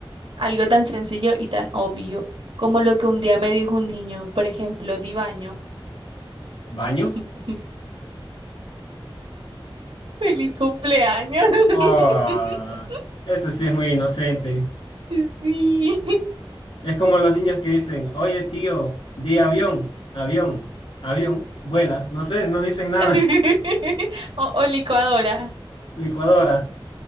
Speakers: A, on the right (about 70°); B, on the left (about 75°).
A: Algo tan sencillo y tan obvio como lo que un día me dijo un niño, por ejemplo, Dibaño.
B: ¿Baño?
A: <laughs> ¡Feliz cumpleaños! <laughs>
B: Oh, ese sí es muy inocente.
A: Sí.
B: Es como los niños que dicen, oye, tío, di avión, avión, avión, vuela. No sé, no dicen nada.
A: <laughs> O, o licuadora.
B: Licuadora.